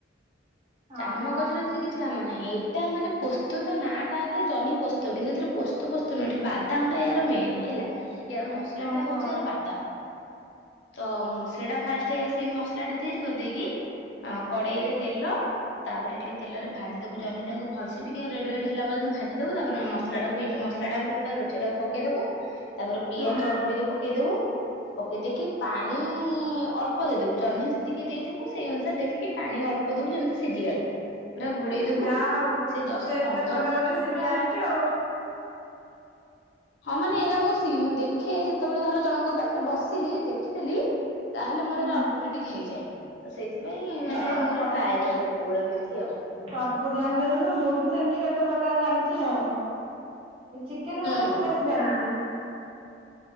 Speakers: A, on the left (about 80°); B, on the right (about 35°).
A: ଚାରୁମଗଜରେ
B: ଓହୋ
A: ଏଥିରେ କିଛି କାମ ନାହିଁ। ହେଇଟା ମାନେ ପୋସ୍ତ ତା ନାଁଟା ଖାଲି ଜହ୍ନି ପୋସ୍ତ କିନ୍ତୁ ଏଥିରେ ପୋସ୍ତ ଫୋସ୍ତ ନୁହେଁ ବାଦାମଟା ଇଆର ମେ ନ୍ ହେଲା ଇଆର ମସଲା
B: ଓହୋ
A: ଟା ହଉଛି ଆର ବାଦାମ ତ ସେଟା ଫାଷ୍ଟ ସେ ମସଲା ଟା ତିଆରି କରିଦେଇକି କଡେଇରେ ତେଲ ତାପରେ ଟିକେ ତେଲରେ ଭାଜି ଦବୁ ଜହ୍ନି ଟାକୁ ଭଲସେ ଟିକେ ରେଡ ରେଡ୍ ହେଲାପର୍ଯ୍ୟନ୍ତ ଭାଜି ଦବୁ ତାପପରେ ମସଲା ଟାକୁ ଟିକେ ଏ ଜଉ ମସଲାଟା ଆମେ ପ୍ରିପେୟାର କରିଛୁ ସେଟାକୁ ପକେଇଦବୁ। ତାପରେ ପିଆଜ
B: ହୁଁ
A: ଅଳ୍ପ ଟିକେ ପକେଇଦବୁ ପକେଇ ଦେଇକି ପାଣି ଅଳ୍ପ ପକେଇଦବୁ ଜହ୍ନି ଯେତିକି ଦେଇଥିବୁ ସେଇ ଅନୁସାରେ ଦେଖିକି ପାଣି ଅଳ୍ପ ଦବୁ ଯେମିତି ସିଝିବାକୁ। ପୁରା ଘୋଡେଇ ଦବୁ
B: ଯାହା ହଉ
A: ସେ
B: ତୁ
A: ଦଶ
B: ତ ଏତେ
A: ପନ୍ଦର
B: ପ୍ରକାର
A: ମିନିଟ୍
B: ରେସିପି
A: ରେ ପୁରା
B: ଜାଣିଛୁ ଆଉ।
A: <unintelligible> ହଁ ମାନେ ଏଇରା ମୁଁ ସି ଦେଖେ ଯେତେବେଳେ ଧର ଜଣଙ୍କ ପାଖରେ ବସିଲି ଦେଖିଦେଲି। ତାହେଲେ
B: ହୁଁ
A: ଅଟୋମେଟିକ୍ ହେଇଯାଏ ତ ସେଇଥିପାଇ ମାନେ
B: ଆଉ
A: ମୁଁ
B: ସବୁ
A: ଟ୍ରାଏ କରେ କେତେବେଳେ କେମିତି ଆଉ।
B: ସବୁ ଜାଣିଦେଲୁନୁ ମୁଁ ବି ସେମିତି କେତେ ପ୍ରକାର ହାଲ୍କା ଜାଣିଛି ଆଉ ଚିକେନ
A: ହୁଁ।
B: ଉପରେ ମୁଁ ବେଶୀ ଜାଣିଚି।